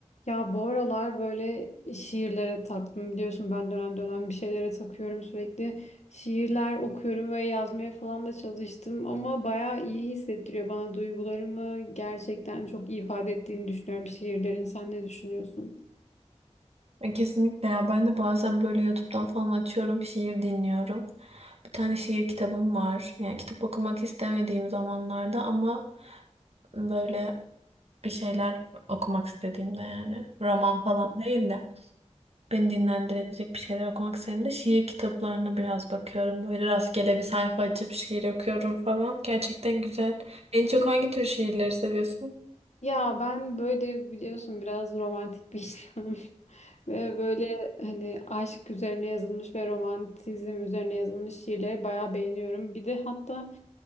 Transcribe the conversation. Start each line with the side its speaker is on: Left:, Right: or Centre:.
Left: Ya bu aralar böyle şiirlere taktım biliyorsun ben dönem dönem bir şeylere takıyorum sürekli. Şiirler okuyorum ve yazmaya falan da çalıştım ama bayağı iyi hissettiriyor bana duygularımı gerçekten çok iyi ifade ettiğini düşünüyorum şiirlerin. Sen ne düşünüyorsun?
Right: E, Kesinlikle ya ben de bazen böyle YouTube'dan falan açıyorum şiir dinliyorum. Bir tane şiir kitabım var. Yani kitap okumak istemediğim zamanlarda ama böyle bir şeyler okumak istediğimde yani roman falan değil de beni dinlendirecek bir şeyler okumak istediğimde şiir kitaplarına biraz bakıyorum. Böyle rastgele bir sayfa açıp şiir okuyorum falan. Gerçekten güzel. En çok hangi tür şiirleri seviyorsun?
Left: Ya ben böyle biliyorsun biraz romantik bir insanım. <laughs> Ve böyle hani aşk üzerine yazılmış ve romantizm üzerine yazılmış şiirleri bayağı beğeniyorum. Bir de hatta